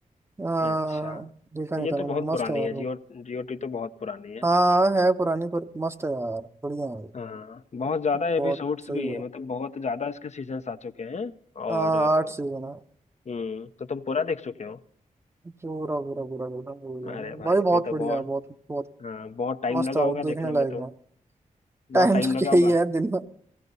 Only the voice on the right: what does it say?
हाँ
देखा नहीं
था
मैंने
मस्त है यार
वो
हाँ है पुरानी पर मस्त है यार बढ़िया है
बहुत
सही
है
हाँ
आठ सीजन है
पूरा पूरा पूरा देखा पूरा
भाई बहुत
बढ़िया
है बहुत बहुत
मस्त
है
भाई, देखने
लायक
है <laughs>
टाइम
तो
क्या
ही है दिन में